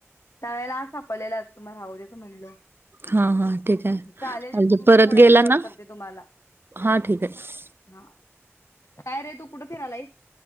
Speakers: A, on the left; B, on the right.
A: त्या वेळेला सपलेलाच मग राहू देच म्हणलं.
B: हा हा ठीक ये
A: चालेल थोड्या
B: परत गेला
A: वेळात कॉल
B: ना,
A: करते तुम्हाला
B: हा ठीक ये.
A: हा काय रे तू कुठं फिरायलास.